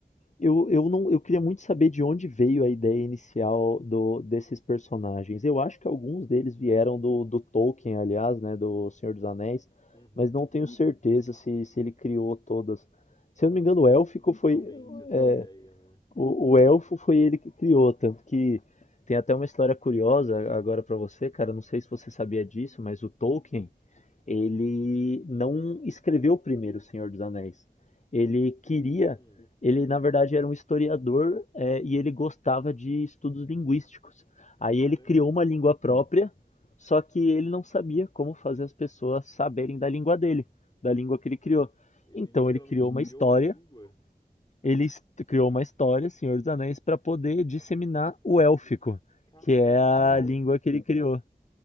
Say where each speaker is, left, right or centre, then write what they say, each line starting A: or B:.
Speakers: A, on the left; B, on the left.
A: Eu, eu não, eu queria muito saber de onde veio a ideia inicial do, desses personagens. Eu acho que alguns deles vieram do, do Tolkien, aliás, né, do Senhor dos Anéis,
B: Uhum.
A: mas não tenho certeza se, se ele criou todas. Se
B: Da
A: eu não
B: onde
A: me engano,
B: que
A: o élfico
B: veio inicialmente
A: foi,
B: essa
A: é,
B: ideia, né?
A: o, o elfo foi ele que criou, tanto que tem até uma história curiosa agora pra você, cara. Não sei se você sabia disso, mas o Tolkien ele não escreveu primeiro O Senhor dos Anéis. Ele queria,
B: Hum,
A: ele na verdade era um historiador, é, e ele gostava de estudos linguísticos. Aí
B: caramba.
A: ele criou uma língua própria, só que ele não sabia como fazer as pessoas saberem da língua dele, da língua que ele criou.
B: Ele
A: Então
B: literalmente
A: ele criou
B: criou
A: uma história,
B: uma língua?
A: ele est- criou uma história, Senhor dos Anéis, para poder disseminar o élfico,
B: Caramba!
A: que é a língua que ele criou.